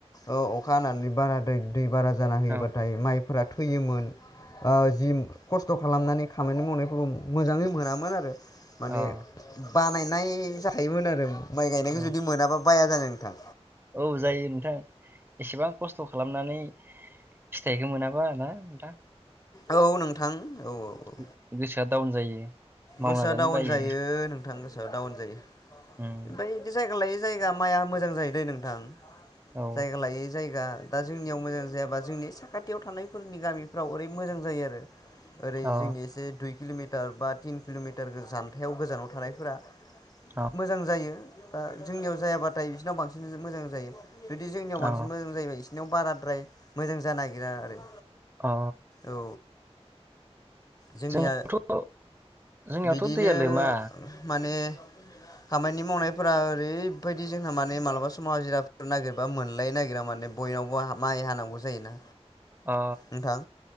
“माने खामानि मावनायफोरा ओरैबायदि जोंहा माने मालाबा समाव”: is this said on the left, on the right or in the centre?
Left